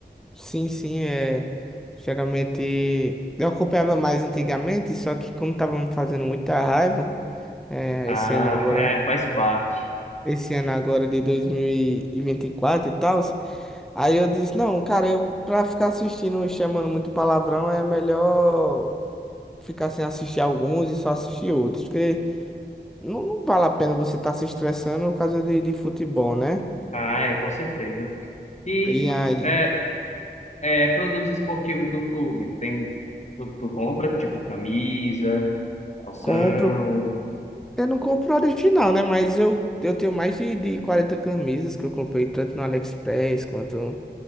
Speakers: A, in the centre; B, on the left.
A: Sim, sim, é. Geralmente eu acompanhava mais antigamente, só que como tava me fazendo muita raiva, é,
B: Ah,
A: esse ano agora,
B: é, faz parte.
A: esse ano agora de 2024 e vinte e quatro e tal, aí eu disse, não, cara, eu pra ficar assistindo e chamando muito palavrão é melhor ficar sem assistir alguns e só assistir outros, porque não, não vale a pena você estar se estressando por causa de, de futebol, né?
B: Ah, é, com certeza. E
A: E aí,
B: é, é, produtos esportivos do clube, tem, tu, tu compra, tipo, camisa, calção,
A: compro, eu não compro original, né? Mas eu, eu tenho mais de, de 40 camisas que eu comprei tanto no AliExpress quanto